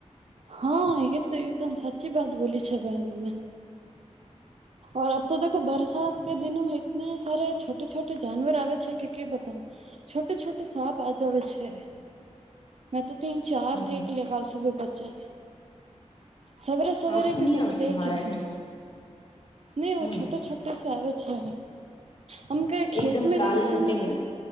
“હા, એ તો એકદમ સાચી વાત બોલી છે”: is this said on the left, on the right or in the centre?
Right